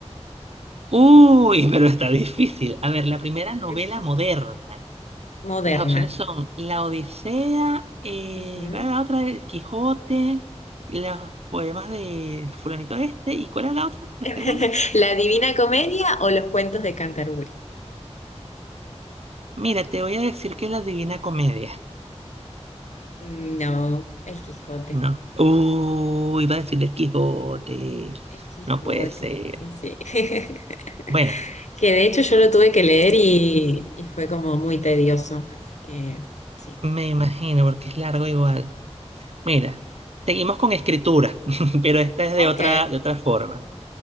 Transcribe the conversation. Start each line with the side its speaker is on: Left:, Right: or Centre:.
Right: Uy, pero está difícil. A ver, la primera novela
Left: <laughs>
Right: moderna.
Left: Moderna.
Right: Y las opciones son La Odisea, eh,
Left: Ujú.
Right: ¿cuál era la otra? El Quijote, los poemas de fulanito este. ¿Y cuál era la otra? La
Left: <laughs>
Right: segunda.
Left: ¿La Divina Comedia o los cuentos de Canterbury?
Right: Mira, te voy a decir que es la Divina Comedia.
Left: No, el Quijote.
Right: No. Uy, iba a decir el Quijote.
Left: El Quijote,
Right: No puede ser.
Left: sí, sí. <laughs>
Right: Bueno,
Left: Que de hecho yo lo tuve que leer y, y fue como muy tedioso, así que sí.
Right: me imagino porque es largo igual. Mira, seguimos con escritura, <laughs> pero esta es de
Left: Ok.
Right: otra, de otra forma.